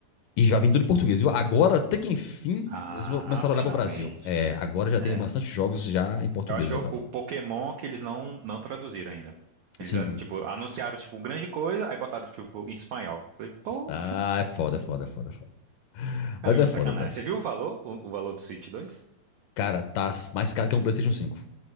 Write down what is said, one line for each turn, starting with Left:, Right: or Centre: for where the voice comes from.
Left: E já vem tudo em português, viu? Agora, até que enfim,
Right: Ah,
Left: eles vão- começaram
Right: finalmente.
Left: a olhar pro Brasil. É, agora já tem
Right: É.
Left: bastante jogos já em português
Right: Eu acho que
Left: agora.
Right: é o, o Pokémon que eles não, não traduziram ainda. Eles,
Left: Sim.
Right: ah, tipo, anunciaram, tipo, grande coisa, aí botaram, tipo, em espanhol. Falei, pô,
Left: Ah, é foda, é foda, é foda, é foda.
Right: cara,
Left: Mas é
Right: que
Left: foda,
Right: sacanagem.
Left: velho.
Right: Você viu o valor? O, o valor do Switch dois
Left: Cara, tá mais caro que um PlayStation 5.